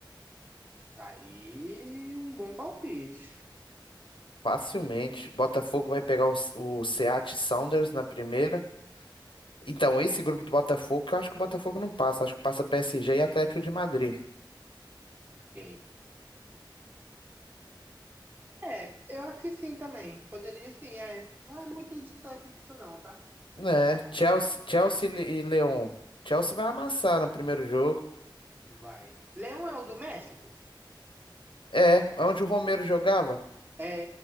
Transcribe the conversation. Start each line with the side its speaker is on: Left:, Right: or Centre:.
Right: Tá Aí um bom palpite.
Left: Facilmente. Botafogo vai pegar o, o Seattle Sounders na primeira. Então, esse grupo do Botafogo, eu acho que o Botafogo não passa. Acho que passa PSG e Atlético de Madrid.
Right: Ok. É, eu acho que sim também. Poderia sim, é. Não é muito distante disso, não, tá?
Left: Né? Chelsea, Chelsea e Leão. Chelsea vai amassar no primeiro jogo.
Right: Vai. Leão é o do México?
Left: É, onde o Romero jogava?
Right: É,